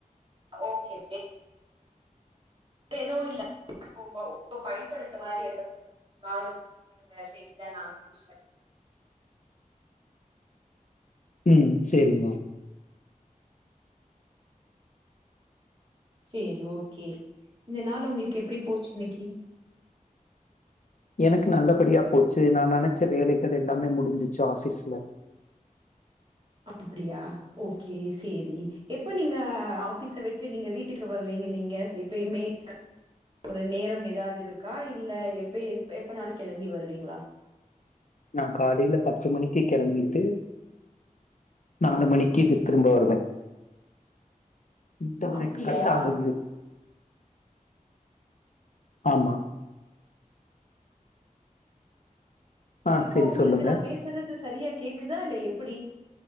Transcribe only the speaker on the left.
ம் சேரிம்மா
எனக்கு நல்லபடியா போச்சு நா நெனைச்ச வேலைகள் எல்லாமே முடிஞ்சிச்சு ஆபீஸ்ல
நா காலையில பத்து மணிக்கு கெளம்பிட்டு நாலு மணிக்கு திரும்ப வருவ இன்டர்நெட்
கட் ஆகுது ஆமா ஆ
செரி
சொல்லுங்க